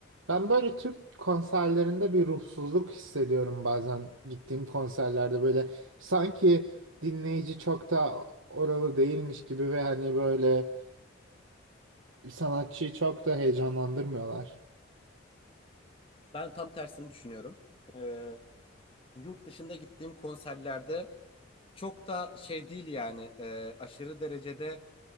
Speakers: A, on the right; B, on the left.
A: Ben böyle Türk konserlerinde bir ruhsuzluk hissediyorum bazen gittiğim konserlerde böyle sanki dinleyici çok da oralı değilmiş gibi ve hani böyle e, sanatçıyı çok da heyecanlandırmıyorlar.
B: Ben tam tersini düşünüyorum. E, yurt dışında gittiğim konserlerde çok da şey değil yani e, aşırı derecede